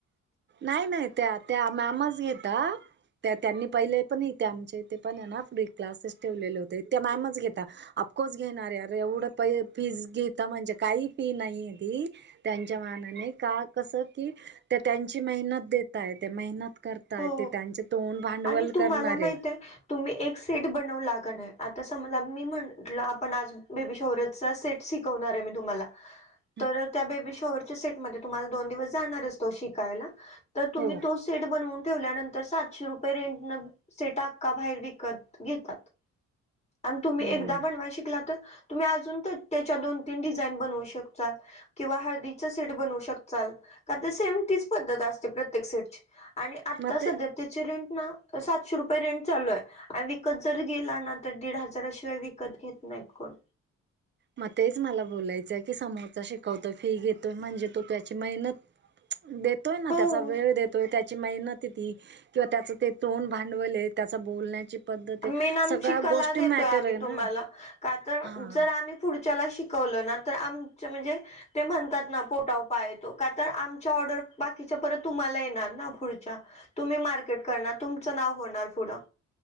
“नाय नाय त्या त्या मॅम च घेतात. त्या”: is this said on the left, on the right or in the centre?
Right